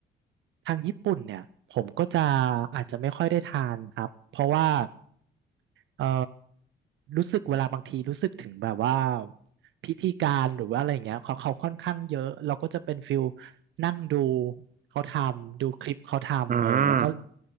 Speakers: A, on the right; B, on the right.
A: ทางญี่ปุ่นเนี่ยผมก็จะอาจจะไม่ค่อยได้ทานครับเพราะว่าเอ่อรู้สึกเวลาบางทีรู้สึกถึงแบบว่าพิธีการหรือว่าอะไรอย่างเงี้ยเขาเขาค่อนข้างเยอะเราก็จะเป็นฟิลนั่งดูเขาทำดูคลิปเขาทำเออแล้วก็
B: อืม